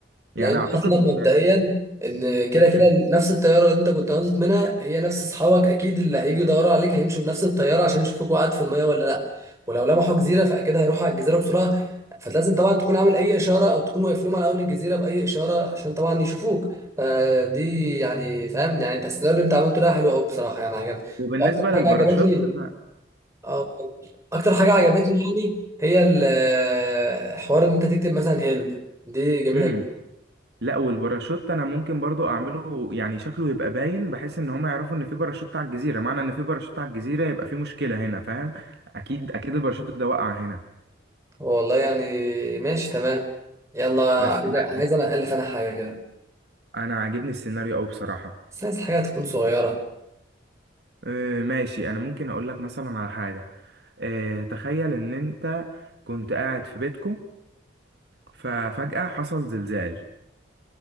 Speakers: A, on the right; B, on the right.
A: لان
B: يعني اعتقد
A: اصلا مبدئيا ان كده
B: مم.
A: كده نفس الطياره اللي انت كنت هنطت منها هي نفس اصحابك اكيد اللي هيجي يدوروا عليك هيمشوا بنفس الطياره عشان يشوفوك وقعت في الميه ولا لا ولو لمحوا جزيره فاكيد هيروحوا على الجزيره بسرعه فلازم طبعا تكون عامل اي اشاره او تكون واقف لهم على اول الجزيره باي اشاره عشان طبعا يشوفوك فدي يعني فاهم يعني انت السيناريو اللي انت عملته ده حلو قوي بصراحه يعني عجبني
B: وبالنسبة
A: واكتر
B: للباراشوت
A: حاجه عجبتني
B: ف...
A: اه اكتر حاجه عجبتني يعني هي ال- حوار ان انت تكتب مثلا هيلب دي جميله
B: امم لا والباراشوت انا ممكن برضو اعمله يعني شكله يبقى باين بحيث ان هم يعرفوا ان في باراشوت على الجزيره معنى ان في باراشوت على الجزيره يبقى في مشكله هنا فاهم اكيد اكيد الباراشوت ده وقع هنا
A: والله يعني ماشي تمام يلا
B: بس
A: مم.
B: لا
A: عايز عايز انا الف انا حاجه كده
B: انا عاجبني السيناريو قوي بصراحه
A: بس عايز حاجه تكون صغيره
B: آه، ماشي انا ممكن اقول لك مثلا على حاجه آه، تخيل ان انت كنت قاعد في بيتكم ففجاه حصل زلزال